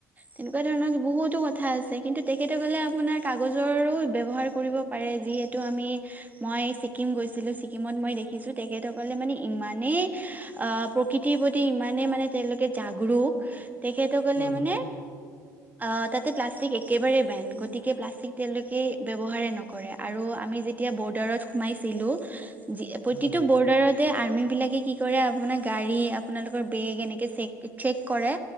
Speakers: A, on the right; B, on the left.
A: তেনেকুৱা ধৰণৰ বহুতো কথা আছে। আছে কিন্তু তেখেতসকলে আপোনাৰ কাগজৰো ব্যৱহাৰ কৰিব পাৰে যিহেতু আমি মই ছিকিম গৈছিলো ছিকিমত মই দেখিছো তেখেতসকলে মানে ইমানেই আহ প্ৰকৃতিৰ প্ৰতি ইমানে মানে তেওঁলোকে জাগলো তেখে ত সকলে
B: উম।
A: মানে আ তাতে প্লাষ্টিক একেবাৰে বেন গতিকে প্লাষ্টিক তেওঁলোকেই ব্যৱহাৰেই নকৰে আৰু আমি যেতিয়া বৰ্ডাৰত সোমাইছিলো যি প্ৰতিটো
B: উম হম
A: বৰ্ডাৰ তে আৰ্মি বিলাকে কি কৰে আপোনাৰ গাড়ী আপোনালোকৰ বেগ এনেকে চেক চেক কৰে